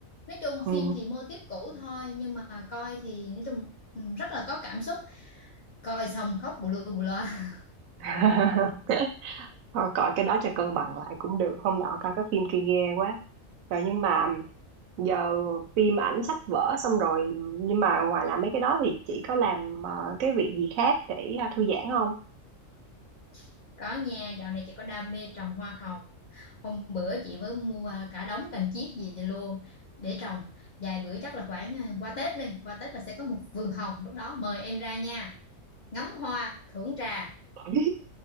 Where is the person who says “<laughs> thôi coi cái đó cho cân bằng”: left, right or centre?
Right